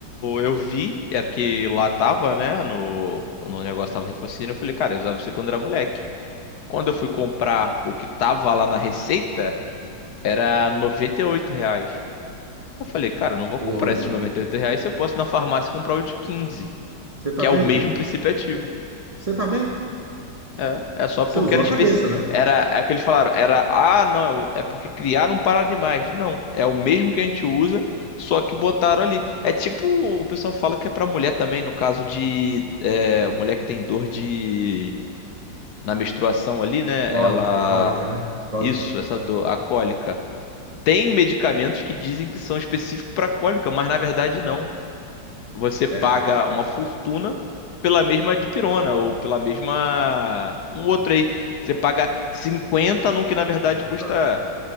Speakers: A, on the left; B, on the right.
A: eu vi, era que lá tava, né? No, no negócio tava rifocina. Eu falei, cara, eu usava isso quando era moleque. Quando eu fui comprar o que tava lá na receita, era 98 reais. Eu falei, cara, eu não vou
B: Ô,
A: comprar
B: louco.
A: esse de 98 reais se eu posso ir na farmácia comprar o de quinze.
B: Você tá
A: que
B: vendo?
A: é o mesmo princípio ativo.
B: Você tá vendo?
A: É, é só
B: Você
A: porque
B: usou
A: era
B: a
A: especi...
B: cabeça, né?
A: era é que eles falaram, era ah, não, é, o- é porque criaram para animais. Não, é o mesmo que a gente usa, só que botaram ali. É tipo, o pessoal fala que é para mulher também, no caso de é, mulher que tem dor de na menstruação ali, né?
B: Cólica,
A: Ela
B: cólica, né? Cólica.
A: isso, essa dor, a cólica. Tem medicamentos que dizem que são específicos para cólica, mas na verdade não. você paga
B: É,
A: uma fortuna pela mesma dipirona ou pela mesma um outro aí. Você paga 50 num que na verdade
B: exata.
A: custa